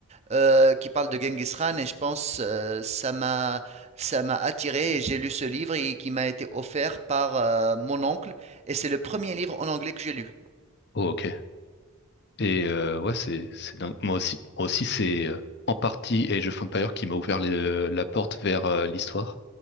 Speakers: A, on the right; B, on the left.
A: euh, qui parle de Genghis Khan et je pense euh, ça m'a ça m'a attiré et j'ai lu ce livre et qui m'a été offert par euh, mon oncle et c'est le premier livre en anglais que j'ai lu.
B: Oh, ok. Et euh, ouais, c'est c'est dingue. Moi aussi, moi aussi c'est euh, en partie Age of Empires qui m'a ouvert les- la porte vers euh, l'histoire.